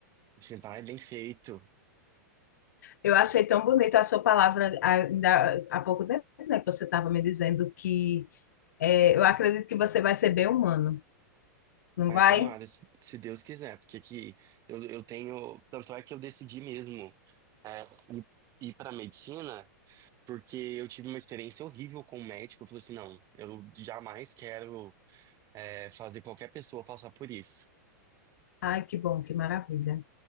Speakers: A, on the right; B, on the left.
A: Assim, vai, bem feito.
B: Eu achei tão bonita a sua palavra ainda há pouco tempo, né, que você estava me dizendo que é, eu acredito que você vai ser bem humano, não
A: Vai,
B: vai?
A: tomara, se, se Deus quiser. Porque aqui eu, eu tenho. Tanto é que eu decidi mesmo é, ir, ir para medicina, porque eu tive uma experiência horrível com o médico. Eu falei assim: não, eu jamais quero é, fazer qualquer pessoa passar por isso.
B: Ai, que bom, que maravilha.